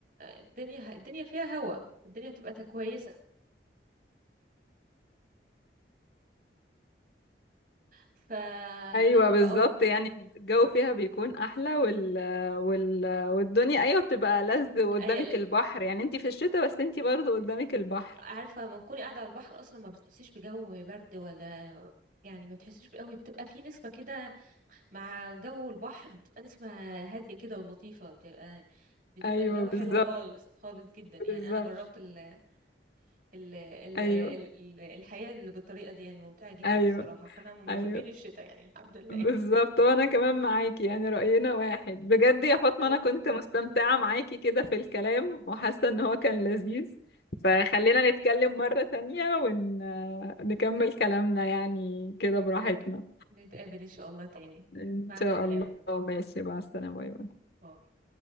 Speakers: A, on the right; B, on the left.
A: الدنيا الدنيا فيها هوا الدنيا بتبقى تا- كويسة فانا
B: ايوه بالظبط
A: بقى
B: يعني الجو فيها بيكون احلى وال... وال... والدنيا ايوه بتبقى لذ وقدامك
A: أي- ال-
B: البحر يعني انتي في الشتاء بس انتي برضو قدامك البحر
A: عارفه لما تكوني قاعده على البحر اصلا ما بتحسيش بجو برد ولا يعني ما بتحسيش قوي بتبقى في نسمه كده مع جو البحر بتبقى نسمه هاديه كده ولطيفه بتبقى بتبقى
B: ايوه
A: الجو حلو
B: بالظبط
A: خالص خالص جدا يعني
B: بالظبط
A: انا جربت ال ال ال
B: ايوه
A: ال الحياه اللي بالطريقه دي يعني ممتعه جدا
B: ايوه
A: الصراحه فانا من
B: ايوه
A: محبين الشتاء يعني الحمد لله
B: بالظبط وانا كمان معاكي يعني رأينا واحد بجد
A: <laughs>
B: يا فاطمة
A: يلا
B: انا كنت مستمتعة معاكي كده في الكلام وحاسة ان هو كان لذيذ فخلينا نتكلم مرة تانية ونكمل كلامنا يعني كده براحتنا
A: نتقابل ان شاء الله تاني
B: إن
A: مع
B: شاء
A: السلامه
B: الله ماشي مع السلامة باي باي
A: باي